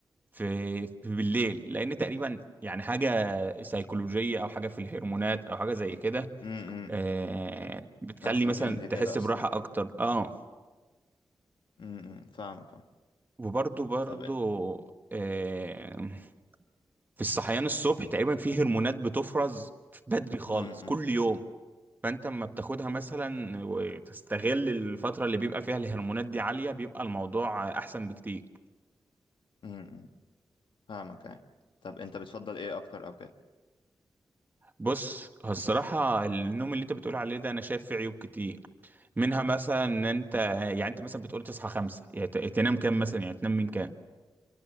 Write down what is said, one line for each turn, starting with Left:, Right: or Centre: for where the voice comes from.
Right: في في بالليل لان تقريبا يعني حاجه سيكولوجيه او حاجه في الهرمونات او حاجه زي كده
Left: م- م.
Right: آه بتخلي
Left: إحنا مخلوقين
Right: مثلا
Left: لكده
Right: تحس
Left: أصلا
Right: براحة
Left: أه
Right: أكتر اه
Left: م- م. فاهمك فاهم
Right: وبرضو برضو
Left: طب
Right: آه في الصحيان الصبح تقريبا في هرمونات بتفرز بدري خالص
Left: م- م-
Right: كل يوم فأنت لما بتاخدها مثلا وتستغل الفترة اللي بيبقى فيها الهرمونات دي عالية بيبقى الموضوع أحسن بكتير
Left: م- م. فاهمك يعني طب انت بتفضل ايه اكتر او كده
Right: بص هو الصراحة النوم اللي انت بتقول عليه ده انا شايف فيه عيوب كتير منها مثلا ان انت يعني انت مثلا بتقول تصحى خمسة يعني ت- تنام كام مثلا يعني تنام من كام؟